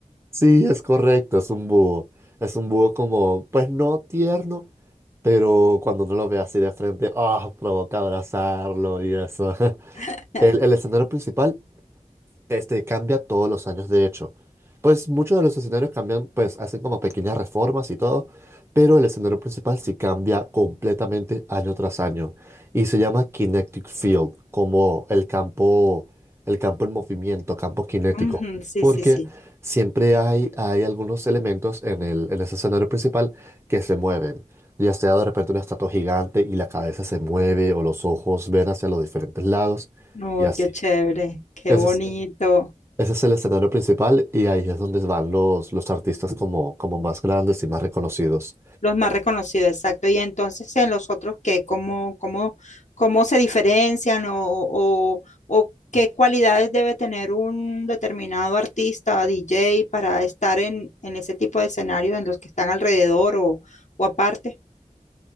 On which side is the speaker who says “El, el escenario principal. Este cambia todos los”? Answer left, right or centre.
Right